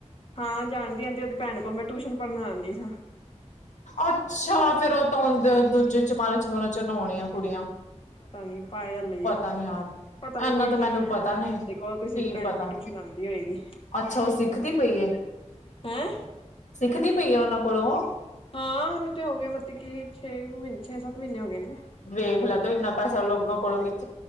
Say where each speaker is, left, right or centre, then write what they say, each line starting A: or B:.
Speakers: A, on the left; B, on the left.
A: ਹਾਂ ਜਾਣਦੀ ਆਂਦੀ ਉਹਦੀ ਭੈਣ ਕੋਲ ਮੈਂ ਟਿਊਸ਼ਨ ਪੜ੍ਹਨ ਆਉਂਦੀ ਸਾ।
B: ਅੱਛਾ ਫੇਰ ਉਹ ਤਾਂ ਉਦੇ ਦੂਜੇ ਚਮਾਰਾਂ ਚਮੂਰਾ 'ਚੋ ਹੋਣੀਆਂ ਕੁੜੀਆਂ।
A: ਪਤਾ ਨੀ ਪਾਇਲ ਹੀ
B: ਪਤਾ
A: ਹੈ।
B: ਨੀ ਯਾਰ
A: ਪਤਾ ਨੀ
B: ਇਨਾ
A: ਕੋਈ
B: ਤਾਂ ਮੈਨੂੰ
A: ਤੇਰੀ
B: ਪਤਾ ਨੀ
A: ਭੈਣ
B: ਕੀ
A: ਦੇ ਕੋਲ ਕਿਸੇ ਭੈਣ
B: ਪਤਾ
A: ਕੋਲ ਟਿਊਸ਼ਨ ਆਉਂਦੀ ਹੋਏਗੀ।
B: ਅੱਛਾ ਉਹ ਸਿੱਖਦੀ ਪਈ ਹੈ।
A: ਹੈਂ
B: ਸਿੱਖਦੀ ਪਈ ਹੈ। ਉਹਨਾਂ ਕੋਲੋਂ?
A: ਹਾਂ ਉਹਨੂੰ ਤੇ ਹੋ ਗਏ ਮਤਲਬ ਕੀ ਛੇ ਕੁ ਮਹੀਨੇ ਛੇ ਸੱਤ ਮਹੀਨੇ ਹੋ ਗਏ ਨੇ।
B: ਵੇਖ ਲੈ ਤੇ ਇੰਨਾ ਪੈਸਾ ਲੋਕਾਂ ਕੋਲੋਂ ਕਿੱਥ